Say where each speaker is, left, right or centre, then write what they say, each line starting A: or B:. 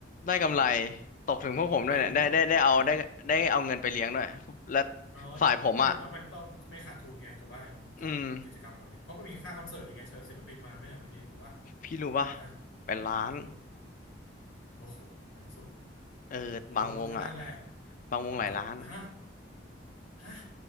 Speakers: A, on the left; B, on the left.
A: ได้กำไรตกถึงพวกผมด้วยเนี่ยได้ได้ได้เอาได้ได้เอาเงินไปเลี้ยงด้วยและ
B: ทุกปีมันต้องเยอะอ๋อ
A: ฝ่ายผมอ่ะ
B: เพราะอย่างน้อยมันต้องไม่ขาดทุนไงถูกป่ะมันจัดกิจกรรมเหล่านี้เพราะมันมีค่าคอนเสิร์ตยังไงเชิญศิลปินมาไหมอ่ะเมื่อกี้ถูกป่ะ
A: อืมพี่รู้ป่ะ
B: นะ
A: เป็นล้าน
B: ไม่รู้โอ้โหแม่งสุด
A: เออบางวงอ่ะ
B: โอ้ก็นั่นแหละ
A: บางวงหลายล้าน
B: ก็ฮะ ฮะ